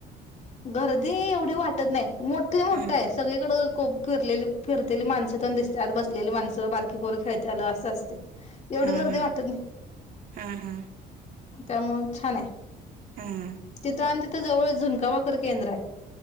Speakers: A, on the left; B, on the right.
A: गर्दी एवढी वाटत नाही, मोठ्ठच्या मोठ्ठं
B: हा
A: आहे सगळीकडं खूप फिरलेली फिरतेली माणसं पण दिसत्यात, बसलेली माणसं बारकी पोरं खेळतेलं असं असतंय. एवढी
B: हा
A: गर्दी
B: हा
A: वाटत नाही,
B: हा हा
A: त्यामुळं छान आहे.
B: हा
A: तिथं आणि तिथं जवळ झुणका भाकर केंद्र हाय.